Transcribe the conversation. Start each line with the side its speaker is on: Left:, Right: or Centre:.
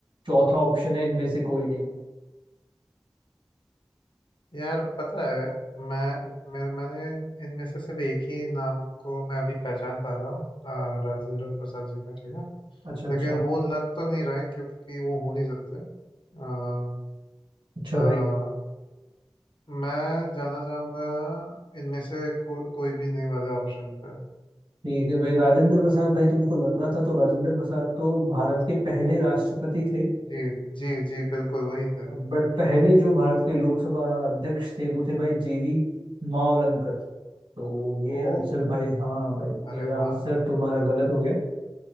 Right: चौथा ऑप्शन है इनमें से कोई नहीं
Left: यार पता है मैं मेरे मैंने इन- इनमें से सिर्फ एक ही नाम को मैं अभी पहचान पा रहा हूँ अ, राजेंद्र प्रसाद जी का ठीक है
Right: अच्छा अच्छा
Left: लेकिन वो लग तो नहीं रहे क्योंकि वो हो नहीं सकते आ,
Right: अच्छा
Left: आ,
Right: भाई
Left: मैं जाना चाहूँगा इनमें से को, कोई भी नहीं वाले ऑप्शन पर
Right: ठीक है भाई राजेंद्र प्रसाद भाई तुमको लग रहा था तो राजेंद्र प्रसाद तो भारत के पहले राष्ट्रपति थे
Left: जी जी जी बिल्कुल वही थे
Right: बट पहले जो भारत के लोकसभा अध्यक्ष थे वो थे भाई जीवी मावलंकर तो ये
Left: ओ
Right: आंसर भाई हाँ भाई
Left: अरे
Right: ये
Left: वाह
Right: आंसर तुम्हारा गलत हो गया